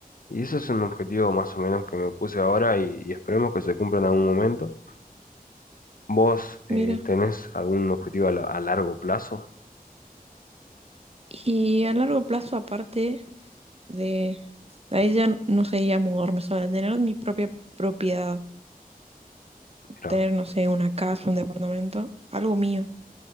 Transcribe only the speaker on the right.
Mira.
Y a largo plazo, aparte de... Ahí ya no sería mudarme sola, tener mi propia propiedad,
tener, no sé, una casa, un departamento, algo mío.